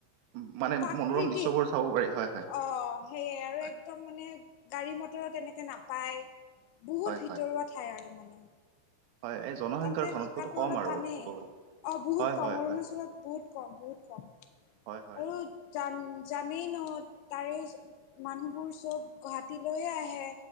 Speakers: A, on the right; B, on the left.
A: উম, মানে
B: প্ৰাকৃতিক
A: মনোৰম দৃশ্যবোৰ চাব পাৰি হয় হয়
B: অ সেয়ে আৰু
A: হয়
B: একদম মানে গাড়ী মটৰো তেনেকে নাপায় বহুত
A: হয় হয়
B: ভিতৰুৱা ঠাই আৰু মানে
A: হয়, এই জনসংখ্যাৰ
B: তাতে
A: ঘনত্বতো
B: থকাটো
A: কম
B: অলপ
A: আৰু
B: টানেই।
A: ক'ব, গ'লে।
B: অ, বহুত
A: হয়
B: কম
A: হয়
B: অৰুণাচলত
A: হয়
B: বহুত কম, বহুত কম।
A: হয়, হয়।
B: আৰু জান, জানেই ন, তাৰে মানুহবোৰ চব, গুৱাহাটীলৈয়ে আহে।